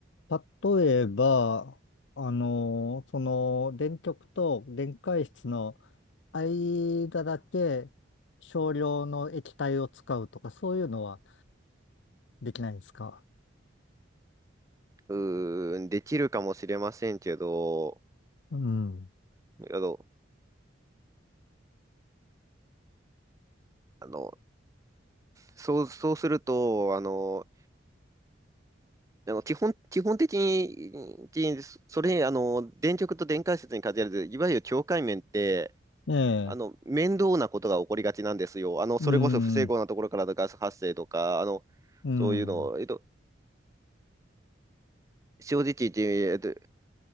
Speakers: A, on the left; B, on the right.
A: ど。例えば、あの、その、電極と電解質の間だけ少量の液体を使うとか、そういうのはできないですか
B: うーん、できるかもしれませんけど、
A: うん。
B: あの、あのそう、そうすると、あの、あの基本、基本的に、きそれ、あの、電極と電解質に限らず、いわゆる境界面って、
A: ええ、
B: あの、面倒なことが起こりがちなんですよ。あの、それこそ不整合なところからのガス発生とか、
A: うん、
B: あの、
A: うん、
B: そういうの、えっと、正直言って、えっと、